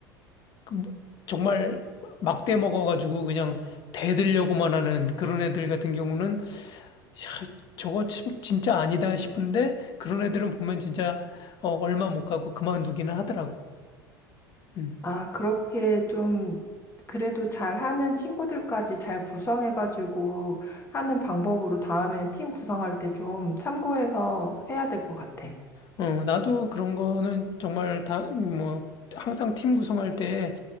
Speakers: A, on the left; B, on the left.
A: 그 뭐- 정말 막대 먹어가지고 그냥 대들려고만 하는 그런 애들 같은 경우는 야, 저거 참 진짜 아니다 싶은데 그런 애들은 보면 진짜 어, 얼마 못 가고 그만두기는 하더라고. 음.
B: 아, 그렇게 좀 그래도 잘하는 친구들까지 잘 구성해가지고 하는 방법으로 다음에 팀 구성할 때 좀 참고해서 해야 될 것 같아.
A: 어, 나도 그런 거는 정말 다 뭐 항상 팀 구성할 때